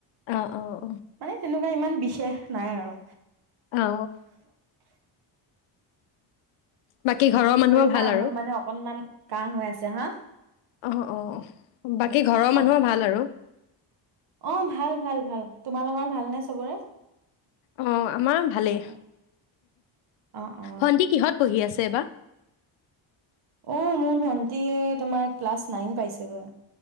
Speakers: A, on the left (about 80°); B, on the right (about 55°).
A: অ', অ',
B: মানে তেনেকুৱা ইমান বি শেষ নাই আৰু।
A: অ। বাকী ঘৰৰ মানুহৰ
B: চৰি
A: ভাল
B: হা
A: আৰু
B: মোৰ মানে অকনমান কাহঁ হৈ আছে হা।
A: অ', অ', বাকী ঘৰৰ
B: খব
A: মানুহৰ
B: অ
A: ভাল আৰু?
B: অ ভাল ভাল ভাল তোমালোকৰ ভালনে চবৰে?
A: অ, আমাৰ ভালেই।
B: অ অ অ।
A: ভন্টি কিহত পঢ়ি আছে বা?
B: অ', মোৰ ভন্টি তোমাৰ ক্লাছ নাইন পাইছেগৈ।